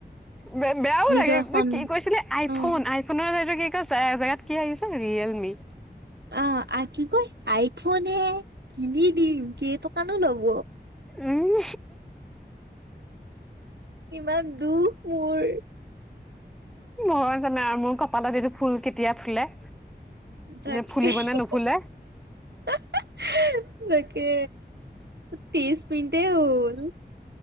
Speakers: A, in the centre; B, on the right (about 70°).
A: ব বেয়াও
B: নিজৰ
A: লাগে
B: সন
A: ত কি কৈছিলে আইফোন
B: অ',
A: আইফোন কি কৈছে জেগাত কি আহিছে ৰিয়েলমি।
B: অ আ কি কয় আইফোন কিনি দিম কেইটোকানো ল'ব।
A: উম
B: কিমান দুখ মোৰ।
A: মই জানো আৰু মোৰ কপালত এইটো ফুল কেতিয়া ফুলে?
B: তাকে
A: নে ফুলিব
B: <unintelligible>
A: নে নুফুলে
B: <unintelligible> তাকে তিছ মিনটে‌ হল।